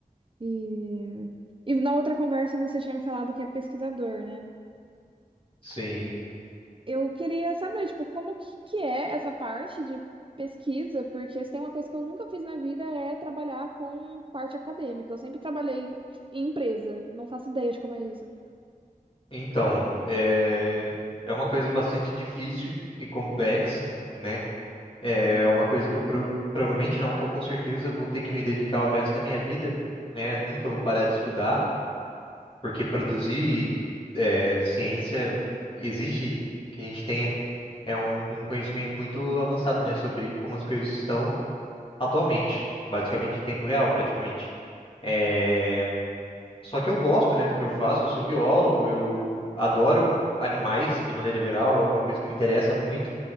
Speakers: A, on the right; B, on the left.
A: E, e na outra conversa você tinha me falado que é pesquisador, né?
B: Sim.
A: Eu queria saber, tipo, como que, que é essa parte de pesquisa, porque se tem uma coisa que eu nunca fiz na vida é trabalhar com parte acadêmica. Eu sempre trabalhei em, em empresa, não faço ideia de como é isso.
B: Então, é, é uma coisa bastante difícil e complexa, né? É uma coisa que eu prov- provavelmente não, que eu com certeza vou ter que me dedicar o resto da minha vida, né? Nunca vou parar de estudar, porque produzir é, ciência exige que a gente tenha é um, um conhecimento muito avançado, né? Sobre como as coisas estão atualmente, basicamente em tempo real, praticamente. É, Só que eu gosto, né, do que eu faço, eu sou biólogo, eu adoro animais de maneira geral, é uma coisa que me interessa muito.